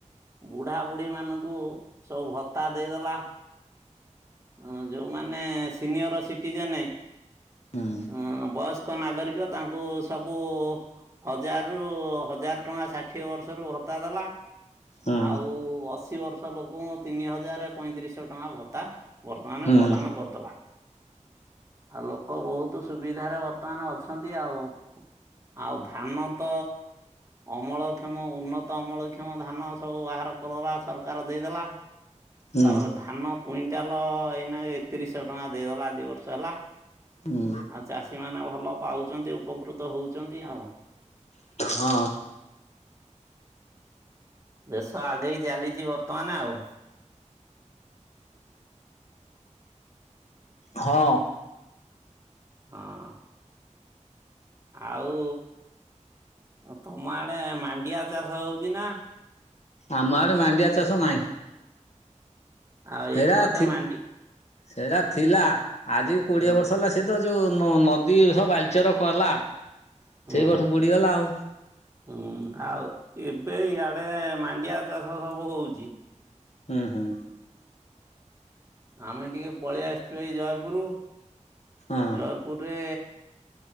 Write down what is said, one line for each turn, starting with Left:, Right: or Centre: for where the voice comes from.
Right: ବୁଢା ବୁଢ଼ୀ ମାନଙ୍କୁ ସବୁ ଭତ୍ତା ଦେଇଦେଲା। ହଁ ଯୋଉମାନେ ସିନିୟର ସିଟିଜେନେ
Left: ହୁଁ
Right: ଅ ବୟସ୍କ ନାଗରିକ ତାଙ୍କୁ ସବୁ ହଜାର ରୁ ହଜାର ଟଙ୍କା ଷାଠିଏ ବର୍ଷରୁ ଭତ୍ତା ଦେଲା
Left: ହୁଁ
Right: ଆଉ ଅଶୀ ବର୍ଷ ଲୋକଙ୍କୁ ତିନି ହଜାର ପଇଁତିରିଶଶହ ଟଙ୍କା ଭତ୍ତା ବର୍ତ୍ତମାନ
Left: ହୁଁ।
Right: ପ୍ରଦାନ କରିଦେଲା। ଆଉ ଲୋକ ବହୁତ ସୁବିଧାରେ ବର୍ତ୍ତମାନ ଅଛନ୍ତି ଆଉ। ଆଉ ଧାନ ତ ଅମଳକ୍ଷମ ଉନ୍ନତ ଅମଳକ୍ଷମ ଧାନ ସବୁ ବାହାର କରିବା ସରକାର ଦେଇଦେଲା।
Left: ହୁଁ
Right: ତାପରେ ଧାନ କୁଉ ଟାଲ ଏଇନା ଏକତିରିଶହ ଟଙ୍କା ଦେଇଦେଲା ଦି ବର୍ଷ ହେଲା।
Left: ହୁଁ
Right: ଆଉ ଚାଷୀ ମାନେ ଭଲ ପାଉଛନ୍ତି ଉପକୃତ ହଉଛନ୍ତି ଆଉ।
Left: ହଁ।
Right: ଦେଶ ଆଗେଇ ଚାଲିଛି ବର୍ତ୍ତମାନ ଆଉ।
Left: ହଁ।
Right: ହଁ। ଆଉ। ତମ ଆଡେ ମାଣ୍ଡିଆ ଚାଷ ହଉଚି ନା।
Left: ଆମ ଆଡେ ମାଣ୍ଡିଆ ଚାଷ ନାହିଁ।
Right: ଆଉ
Left: ହେରା
Right: ଏପଟେ
Left: ଥି
Right: ମାଣ୍ଡି
Left: ସେରା ଥିଲା ଆଜି କି କୋଡିଏ
Right: ହଁ
Left: ବର୍ଷ ହେଲା ସେତ ଯୋଉ ନଦୀ ସବୁ ବାଲିଚର କଲା।
Right: ହୁଁ
Left: ସେଇ ବର୍ଷ ବୁଡିଗଲା ଆଉ
Right: ହୁଁ ଆଉ ଏବେ ଆ ଏ ମାଣ୍ଡିଆ ଚାଷ ସବୁ ହଉଚି।
Left: ହୁଁ ହୁଁ।
Right: ଆମେ ଟିକେ ପଳେଇ ଆସିଛୁ ଏଇ ଜୟପୁର।
Left: ହଁ
Right: ଜୟପୁରୁରେ